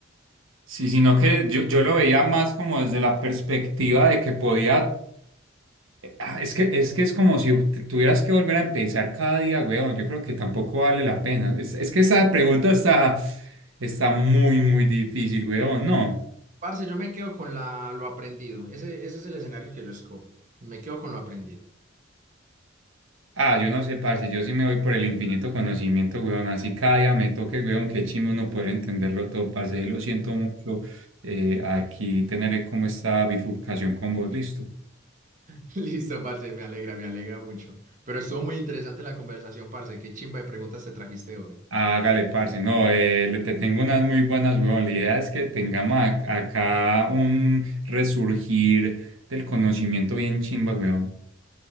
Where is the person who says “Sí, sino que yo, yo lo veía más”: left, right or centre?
Right